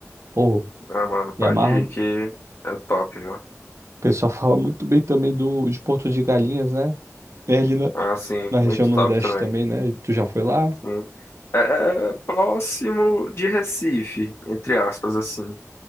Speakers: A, on the right; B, on the left.
A: Pô,
B: Ah, mano, pode
A: me amarro.
B: ir
A: O
B: que é top, viu?
A: pessoal fala muito bem também do, de Porto de Galinhas, né? É ali na-
B: Ah, sim,
A: Na região
B: muito
A: Nordeste
B: top também.
A: também, né? Tu já foi lá?
B: Sim. É, é- é próximo de Recife, entre aspas, assim.